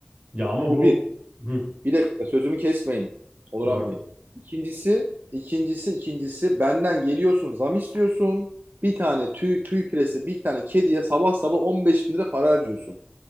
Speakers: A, on the right; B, on the right.
A: Ya ama
B: Bu
A: bu...
B: bir.
A: Hı,
B: Bir dakika sözümü kesmeyin Onuran
A: kusura bakmayın.
B: Bey. İkincisi, ikincisi, ikincisi benden geliyorsun zam istiyorsun. Bir tane tüy, tüy piresi, bir tane kediye sabah sabah 15 bin lira para harcıyorsun.